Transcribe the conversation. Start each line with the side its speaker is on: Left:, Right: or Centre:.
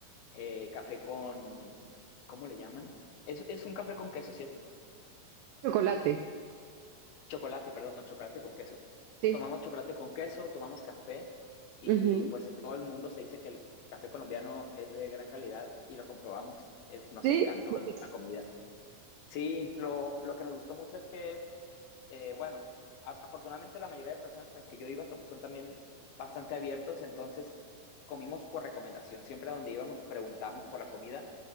Left: eh, café con, ¿cómo le llaman? Es, es un café con queso, ¿cierto?
Right: Chocolate,
Left: Chocolate, perdón, chocolate con queso.
Right: sí.
Left: Tomamos chocolate con queso, tomamos café y
Right: Ujú.
Left: pues en todo el mundo se dice que el café colombiano es de gran calidad y lo comprobamos. Es, nos
Right: Sí.
Left: encantó
Right: <laughs>
Left: la comida. Sí, lo, lo que nos gustó mucho es que eh, bueno, a- afortunadamente la mayoría de personas con las que yo iba to- son también bastante abiertos, entonces comimos por recomendación. Siempre a donde íbamos preguntamos por la comida